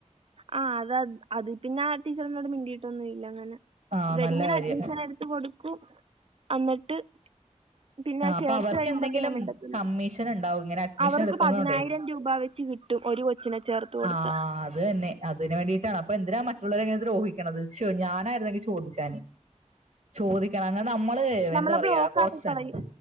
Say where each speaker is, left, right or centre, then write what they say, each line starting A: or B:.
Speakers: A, on the right; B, on the right.
A: ആഹ് അത അത് പിന്നെ ആ ടീച്ചറിനോട് മിണ്ടീട്ടൊന്നും ഇല്ല അങ്ങനെ.
B: ആ
A: ഇവെരിങ്ങനെ
B: നല്ല കാര്യം
A: അഡ്മിഷൻ എ ത്ത് കൊടുക്കും അന്നട്ട് പിന്നെ ആ
B: അപ്പൊ
A: ചേർത്ത്
B: അവർക്ക്
A: കഴിയുമ്പോ
B: എന്തെങ്കിലും
A: പിന്നെ മിണ്ടത്തില്ല.
B: കമ്മീഷൻ ഉണ്ടാവും ഇങ്ങനെ അഡ്മിഷൻ
A: അവർക്ക്
B: എടുക്കുന്നോണ്ടേ
A: പതിനായിരം രൂപ വെച്ച് കി ട്ടും. ഒരു കൊച്ചിനെ ചേർത്ത് കൊടുത്താ.
B: ആഹ് അത് തന്നെ. അതിന് വേണ്ടീട്ടാണ് അപ്പൊ എന്തിനാ മറ്റുള്ളോരെ ങ്ങനെ ദ്രോഹിക്കണത്. ശോ ഞാനായിരുന്നെങ്കി ചോദിച്ചേനെ. ചോദിക്കണം അങ്ങനെ നമ്മള്
A: നമ്മളെ
B: എന്താ പറയാ
A: ബ്ലോക്കാക്കി
B: കുറച്
A: കളയും
B: ത